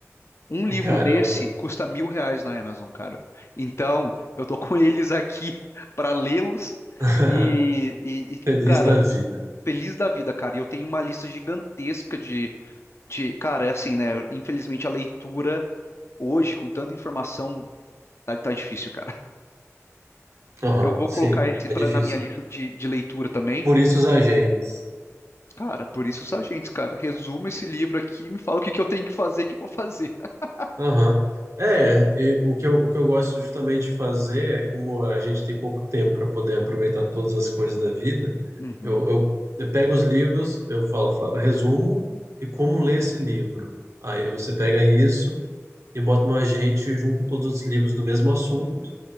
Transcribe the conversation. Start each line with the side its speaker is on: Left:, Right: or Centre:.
Left: Um livro
Right: Caramba.
Left: desse custa mil reais na Amazon, cara. Então, eu tô com eles aqui <laughs> para lê-los
Right: <laughs>
Left: e, e, e,
Right: Feliz
Left: cara,
Right: da vida.
Left: feliz da vida, cara. E eu tenho uma lista gigantesca de, de, cara, é assim, né? Infelizmente a leitura hoje, com tanta informação, tá, tá difícil, cara.
Right: Aham,
Left: Eu vou
Right: sim,
Left: colocar esse
Right: é
Left: pra,
Right: difícil.
Left: na minha lista de, de leitura também.
Right: Por isso os agentes.
Left: Cara, por isso os agentes, cara. Resuma esse livro aqui e me fala o que que eu tenho que fazer, que eu vou fazer. <laughs>
Right: Aham. É, e o que eu, o que eu gosto justamente de fazer é como a gente tem pouco tempo para poder aproveitar todas as coisas da vida,
Left: Uhum,
Right: eu, eu, eu pego os livros, eu falo, falo, resumo e como ler esse livro. Aí você pega isso e bota no agente junto com todos os livros do mesmo assunto.